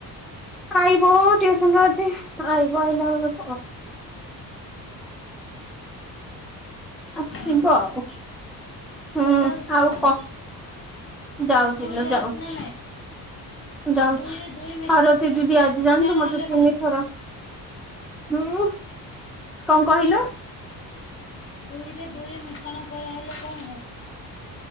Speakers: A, in the centre; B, on the left.
A: ଆଇବ, ଟ୍ୟୁସନରୁ ଆଜି ଆଇବ ଆଇଲାବେଳକୁ ଆସିବ
B: ହଁ
A: ଆଉ।
B: ସ୍କୁଲ
A: ହୁଁ,
B: ଯାଉଛି ନା
A: ଆଉ
B: ନାଇଁ?
A: କ ଯାଉଛି
B: ସ୍କୁଲ
A: ଲୋ ଯାଉଛି।
B: ନା ନାଇଁ?
A: ଯାଉଛି,
B: ଦୁଇରେ ଦୁଇ
A: ସାରତି ଦିଦି ଆଜି
B: ମିଶାଣ
A: ଜାଣିଛୁ ମତେ
B: ହେଲେ
A: ତିନିଥର
B: କଣ?
A: ହୁଁ, କଣ କହିଲୁ?
B: ଦୁଇରେ ଦୁଇ ମିଶ୍ରଣ କରାହେଲେ, କଣ ହେବ?